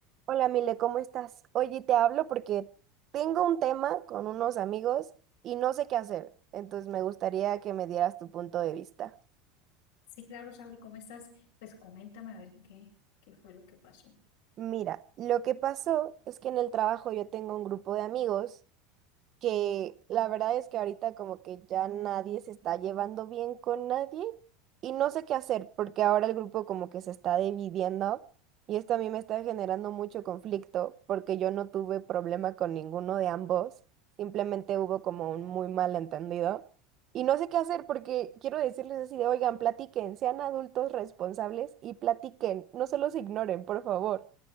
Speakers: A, on the right; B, on the left.
A: Hola, Mile, ¿cómo estás? Oye, te hablo porque tengo un tema con unos amigos y no sé qué hacer, entonces me gustaría que me dieras tu punto de vista.
B: Sí, claro, Sabri, ¿cómo estás? Pues coméntame a ver qué, qué fue lo que pasó. O
A: Mira, lo que pasó es que en el trabajo yo tengo un grupo de amigos que la verdad es que ahorita como que ya nadie se está llevando bien con nadie y no sé qué hacer porque ahora el grupo como que se está dividiendo y esto a mí me está generando mucho conflicto porque yo no tuve problema con ninguno de ambos, simplemente hubo como un muy mal entendido y no sé qué hacer porque quiero decirles así de, oigan, platiquen, sean adultos responsables y platiquen, no se los ignoren, por favor.